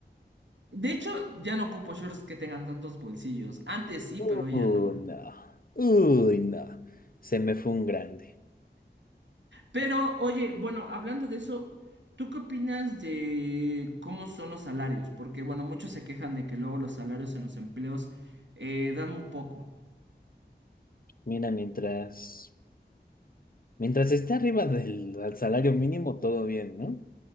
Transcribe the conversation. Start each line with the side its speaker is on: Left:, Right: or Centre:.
Right: De hecho, ya no ocupo shorts que tengan tantos bolsillos, antes sí,
Left: Uy,
Right: pero hoy ya no.
Left: no. Uy, no. Se me fue un grande.
Right: Pero, oye, bueno, hablando de eso, ¿tú qué opinas de cómo son los salarios? Porque, bueno, muchos se quejan de que luego los salarios en los empleos eh, dan muy poco.
Left: Mira, mientras. Mientras esté arriba del al salario mínimo, todo bien, ¿no?